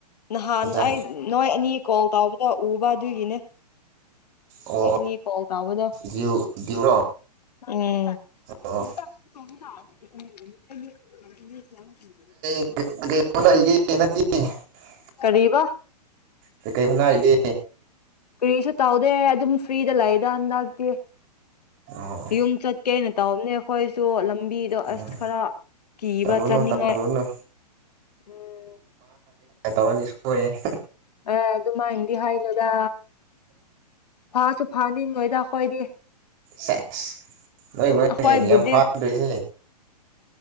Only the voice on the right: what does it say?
ꯏꯟꯖꯥꯡ
ꯑꯣ
ꯗ꯭ꯌꯨ ꯗ꯭ꯌꯨꯔꯣ
ꯑꯣ
<unintelligible>
ꯀ ꯀꯩ ꯍꯣꯠꯅꯥꯔꯤꯒꯦ
ꯑꯣ
ꯎꯝ
ꯇꯧꯔꯨꯅꯨ
ꯇꯧꯔꯨꯅꯨ
ꯇꯋꯥ ꯁꯣꯌꯔꯦ
ꯁꯦꯁ ꯅꯣꯏ ꯍꯣꯏꯅꯦ
ꯌꯥꯝ ꯐꯥꯗꯣꯏꯁ